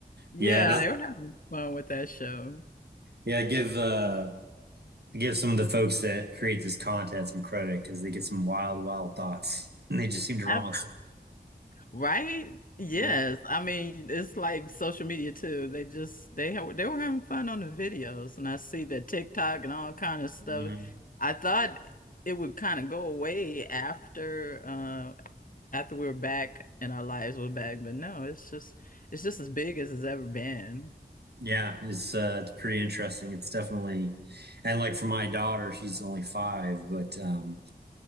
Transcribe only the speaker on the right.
Yeah, not
yeah, give uh give some of the folks that create this content some credit because they get some wild, wild thoughts and they just seem to run
with
it. Yeah.
hmm
Yeah, it's uh it's pretty interesting. It's definitely and like for my daughter, she's only five, but um